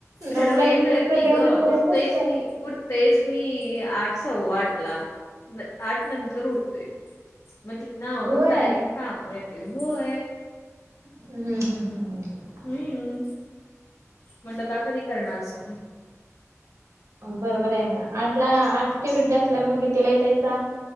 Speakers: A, on the right (about 70°); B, on the left (about 55°).
A: नऊला
B: चरा वेळमयेत
A: येत्यास तरी
B: ग
A: अजून वेळ
B: उठतयस
A: नसतोय.
B: म उ‌. तेच मी आठ सव्वा आठला आठ नंतर उडत. मग तिथन आवडून
A: होय.
B: डायरेक्ट कामावर येते होय.
A: हम् हम् हम् हम.
B: हम्म मंडपा कधी करणार सांग.
A: बरोबर आहे मग आठला आठची डुटी असल्यावर मग कितीला यतायचा.